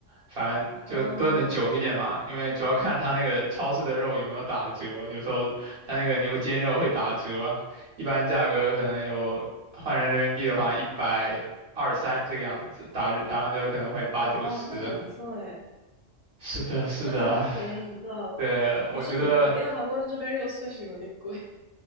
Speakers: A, on the right; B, on the left.
A: 反正就炖的久一点嘛，
B: 嗯，
A: 因为主要看他那个超市的肉有没有打折，有时候他那个牛肩肉会打折，一般价格可能有换成人民币的话一百二三这个样子，打打完折可能会八九十。
B: 哦，那很不错诶，
A: 是的，是的，
B: 那还蛮便宜的，
A: 对，我觉得。
B: 不是很贵，因为韩国这边肉确实有点贵。